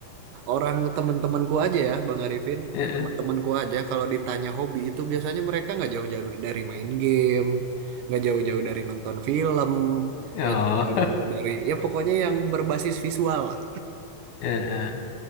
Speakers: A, on the right (about 75°); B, on the left (about 70°).
A: orang teman-temanku aja ya Bang Arifin
B: <laughs>
A: teman-temanku aja kalau ditanya hobi itu biasanya mereka nggak jauh-jauh dari main game nggak jauh-jauh dari nonton film
B: Oh.
A: nggak jauh-jauh dari ya pokoknya yang berbasis visual lah
B: <laughs>